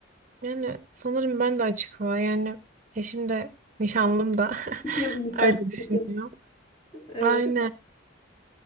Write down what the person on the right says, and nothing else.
Yani sanırım ben de açık hava yani eşim de nişanlım da
<laughs>
öyle düşünüyor.
Aynen